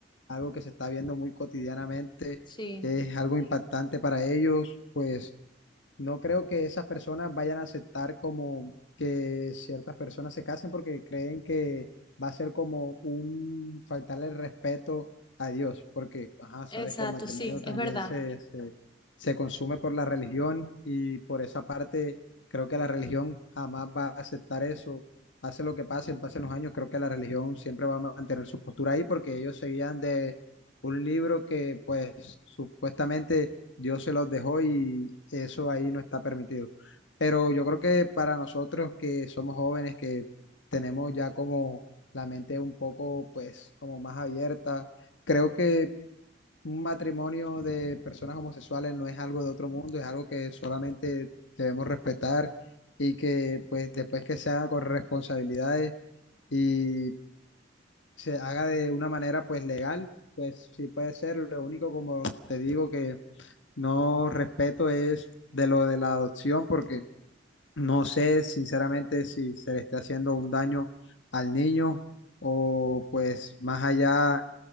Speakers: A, on the left; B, on the left.
A: algo que se está viendo muy cotidianamente,
B: Sí,
A: es algo impactante para ellos, pues no creo que esas personas vayan a aceptar como que ciertas personas se casen porque creen que va a ser como un faltarle el respeto a Dios, porque ajá, sabes
B: exacto,
A: que el matrimonio
B: sí,
A: Exacto.
B: es
A: también
B: verdad.
A: se, se, se consume por la religión y por esa parte creo que la religión jamás va a aceptar eso. Pase lo que pase, pasen los años, creo que la religión siempre va a mantener su postura ahí porque ellos seguían de un libro que pues supuestamente Dios se los dejó y eso ahí no está permitido. Pero yo creo que para nosotros que somos jóvenes, que tenemos ya como la mente un poco, pues, como más abierta, creo que un matrimonio de personas homosexuales no es algo de otro mundo, es algo que solamente debemos respetar y que, pues, después que se haga con responsabilidades y se haga de una manera, pues, legal, pues, sí puede ser. Lo único, como te digo, que no respeto es de lo de la adopción, porque no sé sinceramente si se le está haciendo un daño al niño o pues más allá